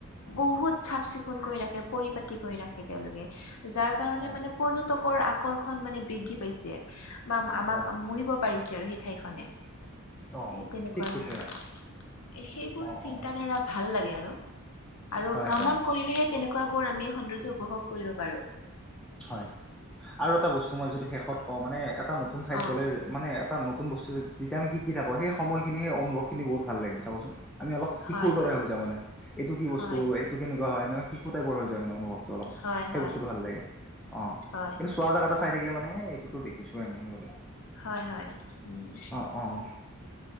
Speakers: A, on the left; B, in the centre.
A: বহুত চাফ চিকুণ কৰি ৰাখে, পৰিপাতি কৰি ৰাখে তেওঁলোকে। যাৰ কাৰণে
B: অ
A: মানে পৰ্যটকৰ আকৰ্ষণ মানে বৃদ্ধি পাইছে। বা আমাক
B: হয়
A: মুহিব পাৰিছে আৰু সেই ঠাইখনে।
B: অঁ
A: এ তেনেকুৱা
B: ঠিক কৈছে
A: ধৰণে সেইবোৰ
B: অঁ
A: চিন্ত
B: অঁ
A: ধাৰা ভাল লাগে আৰু, আৰু
B: হয়
A: ভ্ৰমণ
B: হয়
A: কৰিলেহে তেনেকুৱা বোৰ আমি সৌন্দৰ্য উপভোগ কৰিব পাৰো।
B: হয় আৰু এটা বস্তু মই যদি শেষত কওঁ, মানে এটা নতুন ঠাইত
A: অ
B: গ'লে মানে এটা নতুন বস্তু যেতিয়া আমি শিকি থাকো, সেই সময়খিনি সেই অনুভৱ খিনি বহুত ভাল লাগে চাবচোন। আমি অলপ শিশুৰ
A: হয় হয়
B: দৰে হৈ যাওঁ মানে, এইটো কি
A: হয়
B: বস্তু এইটো কেনেকুৱা হয় এনেকা শিশু টাইপৰ হৈ যায় মানে অনুভৱ। অলপ
A: হয়
B: সেই
A: হয়
B: বস্তুতটো ভাল লাগে। অঁ,
A: হয়
B: কিন্তু চোৱা জেগা এটা চাই থাকিলে মানে এইটো দেখিছোৱে আমি এনেকুৱা টাইপ।
A: হয় হয় উম।
B: অঁ